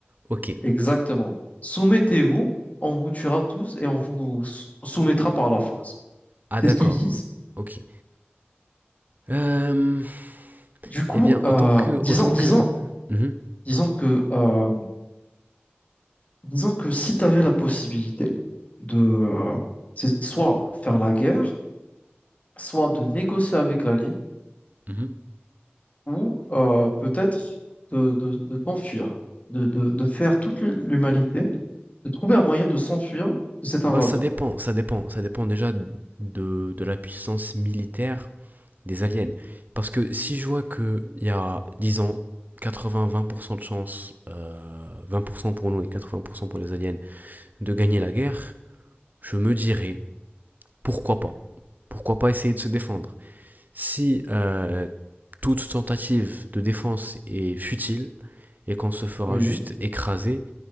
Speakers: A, on the right (about 45°); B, on the left (about 35°).
A: Ok.
B: exactement. Soumettez-vous, on vous tuera tous et on vous sou- soumettra par la force.
A: Ah
B: C'est
A: d'accord.
B: ce qu'ils disent.
A: Ok. Euh,
B: Du coup,
A: eh bien,
B: euh,
A: autant que, autant
B: disons, disons,
A: que. Mhm.
B: disons que, euh, disons que si tu avais la possibilité de, euh, c'est soit faire la guerre, soit de négocier avec la ligne,
A: Mhm.
B: ou euh, peut-être de, de, de t'enfuir, de, de, de faire toute l'humanité de trouver un moyen de s'enfuir de cette invasion.
A: Bah, ça dépend, ça dépend, ça dépend déjà de, de la puissance militaire Des aliens. Parce que si je vois qu'il y a, disons, 80-20% de chance, euh, 20% pour cent pour nous et 80% pour cent pour les aliens, de gagner la guerre, je me dirais, pourquoi pas Pourquoi pas essayer de se défendre Si euh, toute tentative de défense est futile et qu'on se fera
B: Oui.
A: juste écraser,